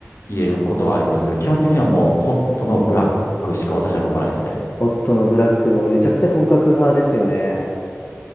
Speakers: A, on the left (about 60°); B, on the left (about 35°).
A: 入れることはありますけど、基本的にはもうホットのブラックしか私は飲まないですね。
B: ホットのブラックもめちゃくちゃ本格派ですよね。